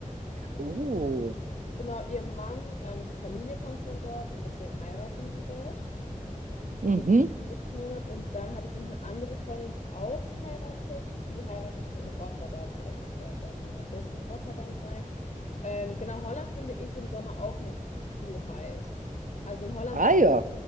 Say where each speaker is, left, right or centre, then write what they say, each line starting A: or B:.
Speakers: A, on the right; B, on the left.
A: Oh,
B: Genau, ihr Mann, ähm, die Familie kommt von dort und deswegen heiraten die dort.
A: mhm.
B: Das ist nächsten Monat. Und dann habe ich noch eine andere Freundin, die auch heiratet. Die heiratet in Rotterdam. Das heißt, ich werde dann im August in Rotterdam sein. Ähm, genau, Holland finde ich im Sommer auch nicht zu heiß. Also in Holland
A: Ah
B: war
A: ja,
B: ich